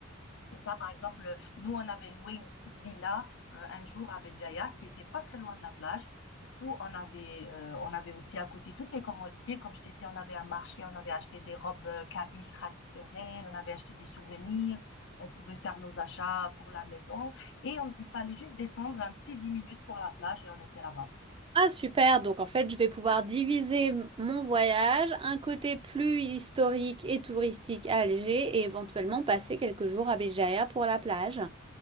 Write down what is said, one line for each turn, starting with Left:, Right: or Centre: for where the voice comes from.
Left: c'est ça, par exemple, nous, on avait loué une petite villa euh, un jour à Béjaïa qui était pas très loin de la plage. Du coup, on avait, euh, on avait aussi à côté toutes les commodités. Comme je t'ai dit, on avait un marché, on avait acheté des robes euh, kabyles traditionnelles, on avait acheté des souvenirs, on pouvait faire nos achats pour la maison. Et on- il fallait juste descendre un petit 10 minutes pour la plage et on était là-bas.
Right: Ah super, donc en fait je vais pouvoir diviser m- mon voyage, un côté plus historique et touristique à Alger et éventuellement passer quelques jours à Béjaïa pour la plage.